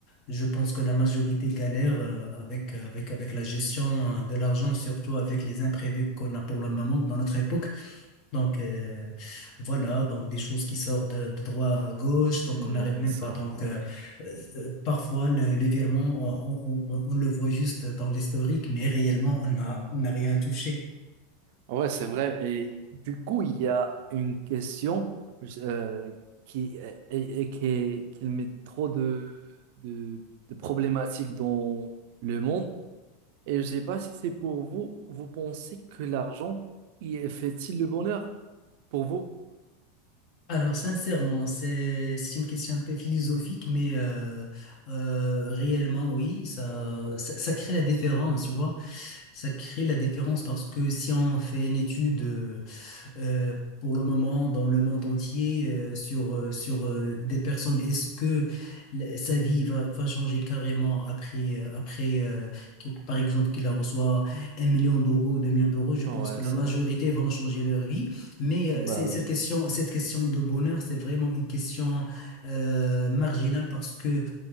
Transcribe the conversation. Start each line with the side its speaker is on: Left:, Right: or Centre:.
Left: je pense que la majorité galère euh, avec, avec, avec la gestion euh, de l'argent, surtout avec les imprévus qu'on a pour le moment dans notre époque. Donc euh, voilà, donc des choses qui sortent de, de droit à gauche, donc
Right: Mm,
Left: on n'arrive
Right: Ouais,
Left: même
Right: c'est
Left: pas.
Right: vrai.
Left: Donc euh, euh, euh, parfois le, le virement, on, on- on- on le voit juste dans l'historique, mais réellement on a, on n'a rien touché.
Right: Ouais, c'est vrai. Et du coup, il y a une question euh, qui, et, et qui, qui met trop de, de, de problématiques dans le monde. Et je ne sais pas si c'est pour vous, vous pensez que l'argent il fait-il le bonheur pour vous?
Left: Alors sincèrement, c'est c'est une question un peu philosophique, mais euh, euh, réellement oui, ça, ça ça crée la différence, tu vois. Ça crée la différence parce que si on fait une étude euh, euh, pour le moment dans le monde entier euh, sur, euh, sur euh, des personnes. Est-ce que la- sa vie va, va changer carrément après, euh, après euh, qu'il- par exemple, qu'il la reçoit un million d'euros, deux millions d'euros?
Right: Non,
Left: Je pense
Right: ouais,
Left: que la
Right: c'est
Left: majorité
Right: vrai.
Left: vont changer leur vie. Mais euh,
Right: Bah
Left: c'est- cette
Right: oui.
Left: question, cette question de bonheur, c'est vraiment une question euh, marginale parce que